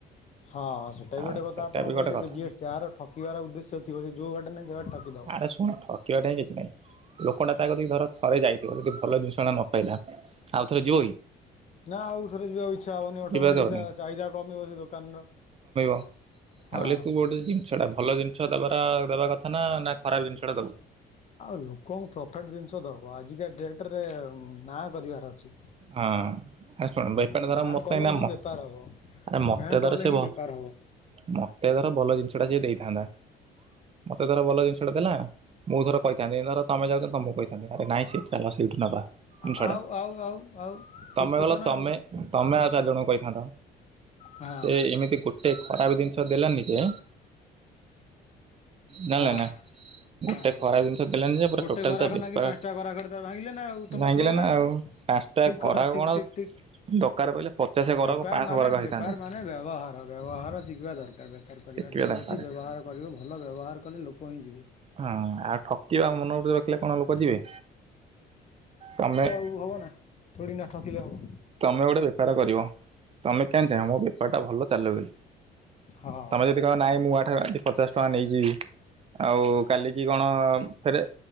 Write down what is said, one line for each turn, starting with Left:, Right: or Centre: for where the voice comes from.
Left: ହଁ ସେଟା
Right: ଆ
Left: ବି ଗୋଟେ କଥା
Right: ସେଟା
Left: ଆପଣ
Right: ବି
Left: କହିଦେବେ
Right: ଗୋଟେ କଥା
Left: ଯିଏ ଯାହାର ଠକିବାର ଉଦେଶ୍ୟ ଥିବ ସେ ଯୋଉ ବାଟେ ନାହିଁ ସେ ବାଟେ ଠକିଦବ।
Right: ଆରେ ଶୁଣ ଠକିବା ଠାଇଁ କିଛି ନାହିଁ। ଲୋକଟା ତା କତିକି ଧର ଥରେ ଯାଇଥିବ ଯଦି ଭଲ ଜିନିଷଟା ନପାଇଲା ଆଉ ଥରେ ଯିବ କି?
Left: ନାଁ ଆଉ ଥରେ ଯିବାକୁ ଇଚ୍ଛା ହବନି ଅଟୋମେଟିକ୍
Right: ଯିବାକୁ ହବନି
Left: ତା ଚାହିଦା କମିବ ସେ ଦୋକାନର।
Right: ଆଉ
Left: ହଁ।
Right: ଲିପୁ କୋଉ ସେଟା ଭଲ ଜିନିଷ ଦବାର ଦେବା କଥା ନାଁ ନାଁ ଖରାପ ଜିନିଷଟା ଦବ?
Left: ଆଉ ଲୋକଙ୍କୁ ପ୍ରଫେଟ ଜିନିଷ ଦବ ଆଜିକା ଡେଟ୍ ରେ ନାଁ କରିବାର ଛି
Right: ହଁ ଆରେ ଶୁଣ ବେପାର
Left: ଅଁ
Right: ଧର
Left: ନାଁ
Right: ମତେ
Left: କଲେ
Right: ନା
Left: ହିଁ
Right: ମ
Left: ବେପାର ହବ।
Right: ଆରେ ମତେ
Left: ନାଁ
Right: ଧର
Left: କଲେ
Right: ସେ
Left: ହିଁ
Right: ଭ
Left: ବେପାର ହବ।
Right: ମତେ ଧର ଭଲ ଜିନିଷଟା ସିଏ ଦେଇଥାନ୍ତା ମତେ ଧର ଭଲ ଜିନିଷଟା ଦେଲା ମୁଁ ଧର କହିଥାନ୍ତି ଧର ତମେ ଯାଉଚ ତମୁକୁ କହିଥାନ୍ତି ଆରେ ନାଇଁ ସେଠି ଚାଲ ସେଇଠୁ ନବା। ଜିନିଷ
Left: ଆ
Right: ଟା
Left: ଆଉ ଆଉ ଆଉ ଆଉ
Right: ତମେ
Left: ଠିକ କଥା
Right: ଗଲ
Left: ନା
Right: ତମେ
Left: ଆଉ।
Right: ତମେ ଆଉ ଚାରି ଜଣଙ୍କୁ କହିଥାନ୍ତ
Left: ହଁ
Right: ଏ ଏମିତି କୋ ଟେ ଖରାପ ଦିନିଷ ଦେଲାନି ଯେ ଜଣିଲେନା
Left: ହଁ
Right: ଗୋଟେ
Left: ହଁ।
Right: ଖରାପ ଜିନିଷ ଦେଲାନି ଯେ ପୁରା
Left: ଗୋଟେ
Right: ଟୋଟାଲ
Left: ଗରାଖର
Right: ତା ବେପାର
Left: ନାଗି ପାଞ୍ଚଟା ଗରାଖଟା ତା ଭାଙ୍ଗିଲେ ନାଁ ଆଉ ତମ
Right: ଭାଙ୍ଗିଲା
Left: ଥ୍ରୋରେ
Right: ନା
Left: ଆଉ।
Right: ପାଞ୍ଚଟା
Left: ଠିକ୍
Right: ଘରାକ
Left: କଥା ଠିକ୍
Right: କଣ
Left: ଠିକ୍ ଠିକ୍।
Right: ଦରକାର ପଇଲେ ପଚାଶ ଘରାକୁ
Left: ବେପାର
Right: ପାଞ୍ଚଶହ
Left: ମାନେ
Right: ଘରାକ ହେଇଥାନ୍ତା
Left: ବେପାର ମାନେ ବ୍ୟବହାର ବ୍ୟବହାର ଶିଖିବା ଦରକାର ବେ ପାର ଯଦି କରିବାର
Right: ଟେକିବା ଦରକାର
Left: ଅଛି ବ୍ୟବହାର କରିବେ ଭଲ ବ୍ୟବହାର କଲେ ଲୋକ ହିଁ ଯିବେ।
Right: ହଁ ଆଉ ଠକିବା ମନୋବୃତି ରଖିଲେ କଣ ଲୋକ ଯିବେ? ତମେ
Left: କୁ ହବ ନାଁ? ଥୋଡି଼ ନା ଠକିଲେ ହବ।
Right: ତମେ ଗୋଟେ ବେପାର କରିବ ତମେ କେନ୍ ଚାହିଁବ ମୋ ବେପାରଟା ଭଲ ଚାଲୁ ବୋଲି।
Left: ହଁ।
Right: ତମେ ଯଦି କହିବ ନାଇଁ ମୁଁ ଏଠାରୁ ଆଜି ପଚାଶ ଟଙ୍କା ନେଇଚି ଆଉ କାଲିକି କଣ ଫେରେ।